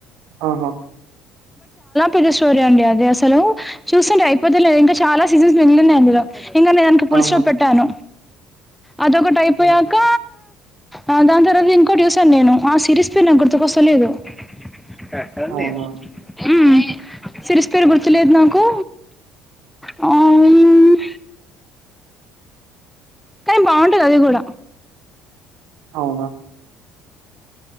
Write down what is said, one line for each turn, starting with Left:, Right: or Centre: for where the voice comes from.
Right: ఆహా
Centre: పెద్ద స్టోరీ అండి అది అస్సలు చూస్తుంటే అయిపోతేలేదు ఇంకా చాలా సీజన్స్ మిగిలున్నాయి అందులో ఇంగ నేన్ ఆన్కి పూలు
Right: ఆహా
Centre: స్టాప్ పెట్టాను అదొకటి ఐపోయాక
Right: ఉమ్,
Centre: ఆ దాన్ తరువాత ఇంకోట్ జుసాన్ నేను ఆ సిరీస్ పే నాక్ గుర్తుకొస్తలేదు యాటుంది
Right: అవునా
Centre: ఉమ్ సిరిస్ పేర్ గుర్తులేదు నాకు హలో ఔను కానీ బాఉంటది అది గుడా
Right: ఔనా